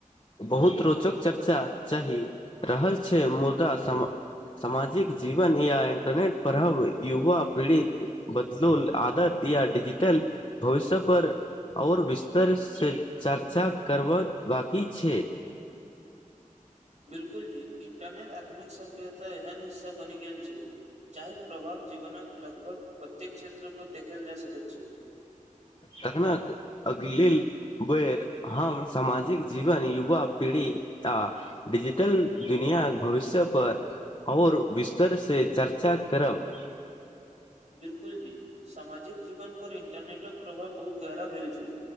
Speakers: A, on the left (about 35°); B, on the right (about 55°).
A: बहुत रोचक चर्चा चाही रहल छै मुदा सम सामाजिक जीवन या इंटरनेट पढ़ब युवा पीढ़ीक बदलोल आदत या डिजिटल भविष्य पर आओर विस्तर से चर्चा करब बाकी छै
B: बिल्कुल जी इन्टरनेट आधुनिक सभ्यता एहन हिस्सा बनि गेल छै जाहिक प्रभाव जीवनक लगभग प्रत्येक क्षेत्र पर देखल जा सकैत छै
A: तखनत अगलिल बेर हम सामाजिक जीवन युवा पीढ़ी आ डिजिटल दुनियाँक भविष्य पर आओर बिस्तर से चर्चा करब
B: बिल्कुल जी सामाजिक जीवन पर इंटरनेटक प्रभाव बहुत गहरा भेल छै